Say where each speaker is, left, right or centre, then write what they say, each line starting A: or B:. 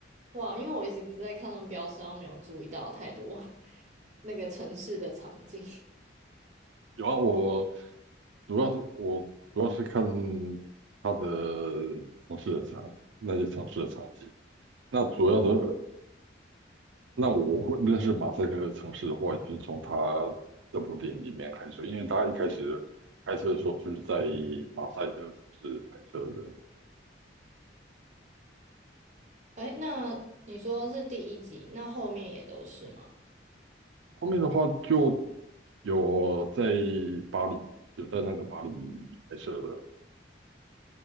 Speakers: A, on the right; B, on the right.
A: 哇，因为我一直在看他们标识，然后没有注意到太多 <laughs> 那个城市的场景。
B: 有啊，我主要是我主要是看他的城市的场，那些城市的场景。那主要的那我会认识马赛克的城市的话，也是从他这部电影里面开始，因为他一开始拍摄的时候就是在马赛克城市拍摄的，
A: <laughs> 哎，那你说是第一集，那后面也都是吗？
B: 后面的话就有在巴黎，有在那个巴黎拍摄的